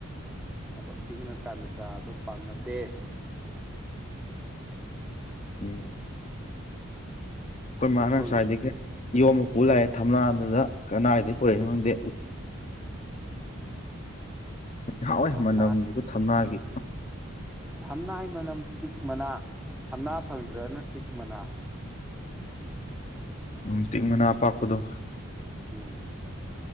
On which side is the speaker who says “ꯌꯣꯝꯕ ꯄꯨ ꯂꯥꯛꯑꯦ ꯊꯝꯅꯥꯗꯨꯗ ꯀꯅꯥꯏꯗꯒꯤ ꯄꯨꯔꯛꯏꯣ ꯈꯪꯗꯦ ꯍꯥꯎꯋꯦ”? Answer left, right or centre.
Left